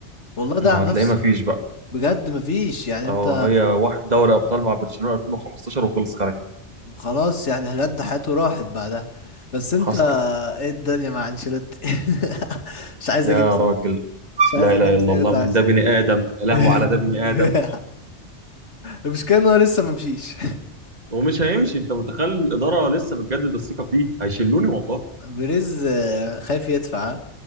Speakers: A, on the left; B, on the right.
A: والله ده
B: ما
A: عن نفسه
B: هتلاقيه ما فيش بقى
A: بجد مفيش يعني
B: اه
A: انت
B: هي واحد دوري ابطال مع برشلونه 2015 وخلص خارج
A: خلاص يعني بجد حياته راحت بعدها بس انت
B: حصل
A: ايه الدنيا مع انشيلوتي <laughs> مش عايز
B: يا
A: اجيب سيرة
B: راجل
A: مش عايز
B: لا
A: اجيب
B: اله الا
A: سيرته
B: الله من
A: عشان
B: ده بني ادم يا لهوي
A: <laughs>
B: على ده بني ادم
A: المشكلة ان هو لسه ما مشيش
B: ومش هيمشي انت متخيل الاداره لسه بتجدد الثقه فيه هيشلوني والله
A: بريز آه، خايف يدفع